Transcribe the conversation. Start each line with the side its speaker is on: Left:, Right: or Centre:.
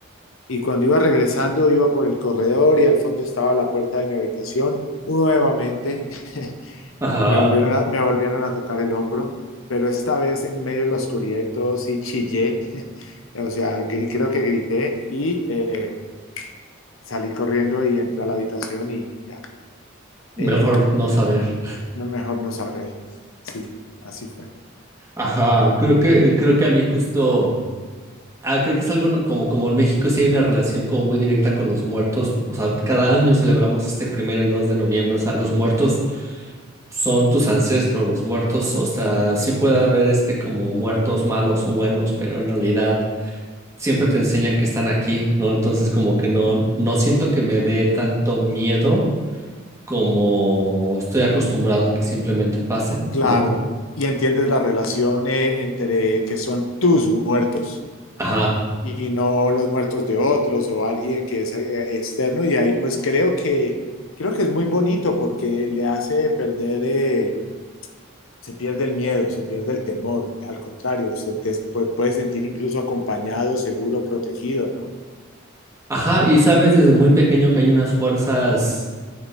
Left: Y cuando iba regresando, iba por el corredor y al fondo estaba la puerta de mi habitación. Nuevamente <laughs>
Right: ajá,
Left: me volvieron a, me volvieron a tocar el hombro, pero esta vez en medio de la oscuridad y todo sí chillé. <laughs> O sea, gri- creo que grité y eh, salí corriendo y entré a la habitación y ya.
Right: mejor
Left: Eh,
Right: no saber.
Left: no, mejor no saber. Sí, así fue.
Right: Ajá, creo que, creo que a mí justo... Ah, creo que es algo no- como, como en México sí hay una relación como muy directa con los muertos. O sea, cada año celebramos este primero y dos de noviembre. O sea, los muertos son tus ancestros, los muertos. O sea, sí puede haber este como muertos malos o buenos, pero en realidad siempre te enseñan que están aquí, ¿no? Entonces como que no, no siento que me dé tanto miedo como estoy acostumbrado a que simplemente pasen,
Left: Claro.
Right: ¿no?
Left: Y entiendes la relación eh, entre que son tus muertos
Right: Ajá.
Left: y no los muertos de otros o alguien que es eh, externo. Y ahí pues creo que, creo que es muy bonito porque le hace perder, eh, se pierde el miedo, se pierde el temor. Al contrario, se te pu- puedes sentir incluso acompañado, seguro, protegido, ¿no?
Right: Ajá, y sabes desde muy pequeño que hay unas fuerzas.